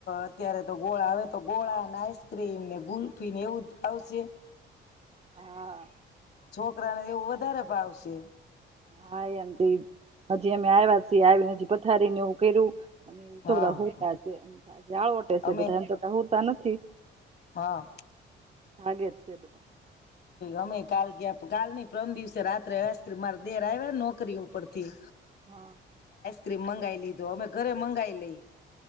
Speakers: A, on the left; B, on the right.
A: અત્યારે તો ગોળા આવે તો ગોળાને આઈસક્રીમ ને ગુલ્ફીન એવું જ આવશે.
B: હા.
A: છોકરા ને એવું વધારે ભાવશે.
B: હા એમ હજી અમે આવ્યા છી આવીને હજી પથારી ને એવું કયરુ અને શ
A: હા
B: બધા હોતામળોટે છે
A: અમે
B: બધા એમ તો હોતા નથી.
A: હા.
B: હેત છેે
A: અમે કાલ ક કાલ ની પ્રમ દિવસે રાત્રે હશ્રી મારે દેર આવ્યા નોકરી ઉપર થી
B: હા.
A: ક્રીમ મંગાવી લીધો અમે ઘરે મંગાવી લઈ.